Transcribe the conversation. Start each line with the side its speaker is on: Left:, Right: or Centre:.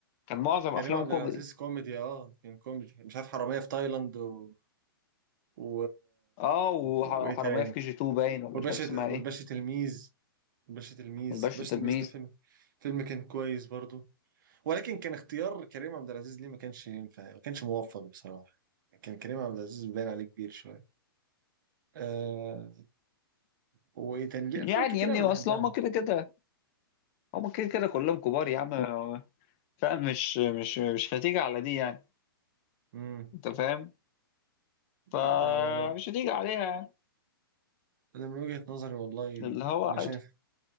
Left: كان معظم
Right: كريم
Left: أفلامه
Right: عبد
Left: كوميدي
Right: العزيز كوميدي اه كان كوميدي مش عارف حرامية في تايلاند و... و...
Left: اه وحر-
Right: وايه
Left: وحرامية
Right: تاني
Left: في كي جي 2 باين ولا
Right: والباشا
Left: مش عارف اسمها
Right: والباشا
Left: ايه
Right: تلميذ الباشا تلميذ
Left: والباشا
Right: الباشا
Left: التلميذ
Right: تلميذ ده فيلم فيلم كان كويس برضو ولكن كان اختيار كريم عبد العزيز ليه ما كانش ينفع ما كانش موفق بصراحة كان كريم عبد العزيز باين عليه كبير شوية آه وإيه تاني ليه
Left: يعني
Right: أفلام كتير
Left: يا ابني
Right: أنا
Left: أصل
Right: بحبها
Left: هما كده كده هما كده كده كلهم كبار يا عم فاهم مش مش مش هتيجي على دي يعني
Right: مم.
Left: أنت فاهم
Right: لا
Left: فمش
Right: أنا أنا
Left: هتيجي عليها يعني
Right: أنا من وجهة نظري والله
Left: اللي هو
Right: أنا
Left: عادي
Right: شايف